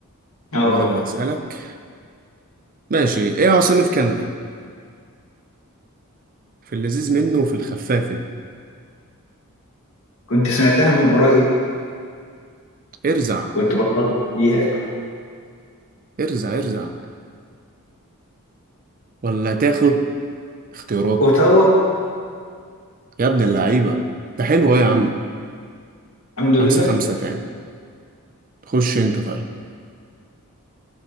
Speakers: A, on the left; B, on the right.
A: اه
B: وأنا اللي هسألك ماشي إيه عاصمة كندا في اللذيذ منه وفي الخفاف ده
A: كنت سمعتها من قريب
B: ارزع
A: كنت بتلخبط فيها
B: ارزع ارزع ولا تاخد اختيارات
A: اوتاوا
B: يا ابن اللعيبة ده حلو أوي يا عم
A: الحمد
B: خمسة
A: لله
B: خمسة تاني خش أنت طيب